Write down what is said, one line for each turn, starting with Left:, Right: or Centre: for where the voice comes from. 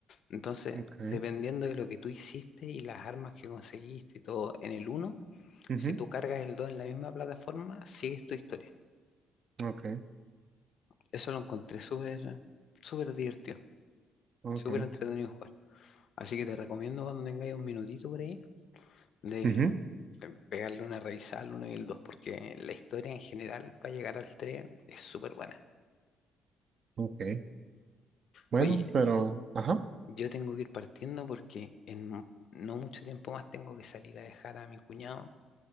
Left: Entonces,
Right: okay,
Left: dependiendo de lo que tú hiciste y las armas que conseguiste y todo en el uno
Right: ujú,
Left: si tú cargas el 2 en la misma plataforma, sigues tu historia.
Right: okay,
Left: Eso lo encontré súper, súper divertido,
Right: okay,
Left: súper entretenido jugar. Así que te recomiendo cuando tengáis un minutito por ahí de
Right: ujú,
Left: eh, pegarle una revisada al uno y el 2 porque la historia en general para llegar al 3 es súper buena.
Right: okay. Bueno,
Left: Oye,
Right: pero, ajá,
Left: yo tengo que ir partiendo porque en mu- no mucho tiempo más tengo que salir a dejar a mi cuñado,